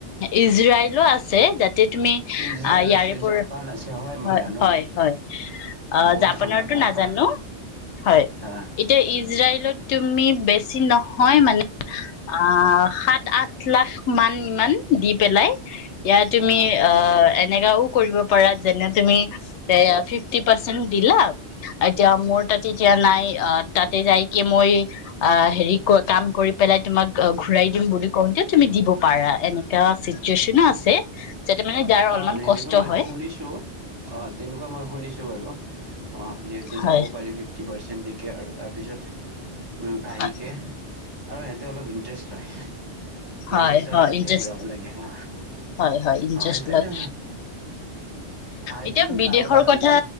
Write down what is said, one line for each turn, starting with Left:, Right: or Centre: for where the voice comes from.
Left: ইজৰাইলো আছে যাতে তুমি
Right: ইজৰাইল
Left: অ', ইয়াৰে
Right: আছে
Left: পৰা,
Right: জাপান আছে মই
Left: হয়,
Right: জানো
Left: হয়, হয়। অ',
Right: বহুত
Left: জাপানৰটো
Right: আমাৰ কাষৰ
Left: নাজানো, হয়,
Right: আহ
Left: এতিয়া ইজৰাইলত তুম মি বেছি নহয় মানে অ', সাত, আঠ লাখ মান ইমান। দি পেলাই ইয়াত তুমি
Right: আহ
Left: অ', এনেকাও কৰিব পাৰা যেনে তুমি এ টি পাৰ্চেণ্ট দিলা, এতিয়া মোৰ তাত এতিয়া নাই তাতে <unintelligible> মই হেৰি কয় কাম কৰি পেলাই তোমাক ঘূৰাই দিম বুলি কওঁতে তুমি দিব পাৰা এনেকা চিটুৱেচনো আছে। যাতে মানে যাৰ অলপমান
Right: অ', সেনেকুৱা
Left: কষ্ট
Right: মই
Left: হয়
Right: শুনিছো অ', তেনেকুৱা হয় শুনিছোঁ বাৰু, অ', যিহেতু
Left: হয়
Right: যাব পাৰি ফিফটি পাৰ্চেণ্ট। <unintelligible> আৰু তাৰপিছত উম, আহিকে।
Left: হয়
Right: আৰু সিহঁতে অলপ ইণ্টাৰেষ্ট লয়।
Left: হয়
Right: ইণ্টাৰেষ্টৰ
Left: হয়,
Right: সৈতে
Left: ইনটাৰেষ্ট,
Right: ঘূৰাব লাগে অ
Left: হয় হয়, ইনটাৰেষ্ট
Right: অ সেইকাৰণে
Left: লয়
Right: সেইকাৰণে
Left: এতিয়া বিদেশৰ
Right: মই আগত ভাবিছো
Left: কথা,